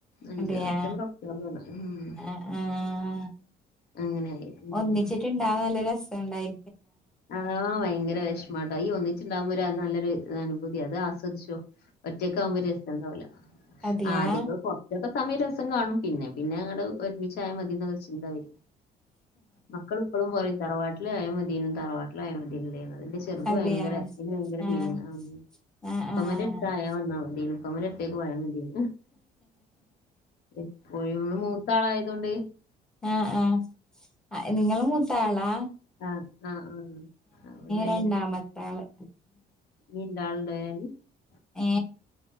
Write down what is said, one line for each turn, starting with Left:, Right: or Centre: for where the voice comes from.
Left: അഞ്ച്
Centre: അതെയാ
Left: സെപ്റ്റംബർ ഒക്ടോബർ വന്നാല് ഉം
Centre: ആ ആഹ
Left: അങ്ങനെയായി ഉം
Centre: ഒന്നിച്ചിട്ടുണ്ടാവൻ നല്ല രസംണ്ടായി
Left: ആ ഭയങ്കര വിഷമാട്ടാ ഈ ഒന്നിച്ചിണ്ടാവുമ്പോ ഒരു അ നല്ലൊരു അനുഭൂതിയ അത് ആസ്വദിച്ചോ ഒറ്റക്കെ ആവുമ്പോ ഒരു രസണ്ടാവൂല
Centre: അതെയാ
Left: ആ ആദ്യ കൊറച്ചൊക്കെ- സമയ രസം കാണും പിന്നെ പിന്നെ അങ്ങ്ട് ഒരുമിച്ചായ മതി എന്നുള്ളരു ചിന്ത വരും മക്കൾ ഇപ്പളും പറയും തരവാട്ടില് ആ യമതീനൂന്നു തരവാട്ടില് ആയമതീനൂന്ന് അതിന്റെ ചെറുത്
Centre: അതെയാ
Left: ഭയങ്കര അന് ഭയങ്കര
Centre: ആഹ്
Left: ഫീലിങ് ആ
Centre: ആഹ്
Left: കമലടുത്ത്
Centre: ആഹ്
Left: <unintelligible> ആയാ വന്നാ മതീന്നു കമല <unintelligible> അടുത്തേക്ക് പോയാൽ മതീന്നു എപ്പോഴും മൂത്ത ആളായത കൊണ്ട്
Centre: ആ ആ നിങ്ങൾ മൂത്തളാ
Left: ആഹ ആഹ ആഹ ന വേ
Centre: രണ്ടാമത്തെ ആള്
Left: നീ എന്ത ആളുണ്ട വര <unintelligible>
Centre: ഏ